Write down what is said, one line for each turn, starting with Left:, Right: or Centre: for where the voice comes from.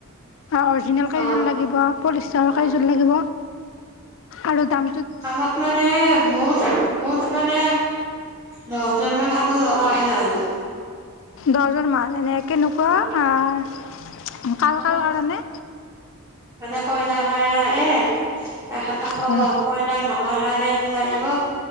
Left: অৰিজিনেল কেইজোৰ
Right: অ
Left: লাগিব? পলিষ্টাৰৰ
Right: অ
Left: কাৰজোৰ লাগিব? আৰু দাম
Right: আমাক মানে, মুঠ-মুঠ মানে দহ যোৰ মান কাপোৰ লগা আছিল আৰু
Left: দহযোৰ মান এনে এক কেনেকুৱা
Right: হয়
Left: আ' কাৰ-কাৰ
Right: মানে
Left: কাৰণে?
Right: মানে কইনা কাৰনে লাগে। <inaudible> আকৌ
Left: হয়
Right: কইনাৰ মাক মাক্ৰবকাৰনে এযোৰ লাগিব।